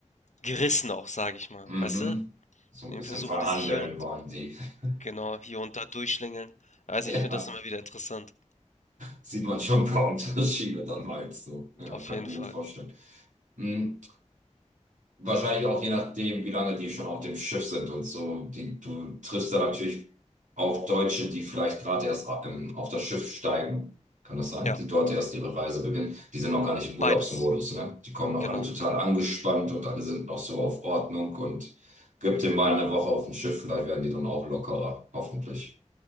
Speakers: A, on the left; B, on the right.
A: gerissen auch, sage ich mal.
B: mhm.
A: Weißt du?
B: So ein
A: Dann
B: bisschen
A: versuchen
B: verhandeln
A: die sich hier und
B: wollen die. <laughs>
A: genau, hier und da durchschlängeln. Weiß
B: Ja,
A: nicht, ich finde das immer wieder interessant.
B: sieht man schon ein paar Unterschiede dann meinst du. Ja,
A: Auf
B: kann
A: jeden
B: ich mir
A: Fall.
B: gut vorstellen. Hm. Wahrscheinlich auch je nachdem, wie lange die schon auf dem Schiff sind und so. Die, du triffst da natürlich auch Deutsche, die vielleicht gerade erst a- ähm, auf das Schiff steigen. Kann das sein?
A: Ja,
B: Die dort erst ihre Reise beginnen. Die sind noch gar nicht im Urlaubsmodus,
A: beides.
B: ne? Die kommen noch
A: Genau.
B: alle total angespannt und alle sind noch so auf Ordnung und gib dem mal eine Woche auf dem Schiff, vielleicht werden die dann auch lockerer. Hoffentlich.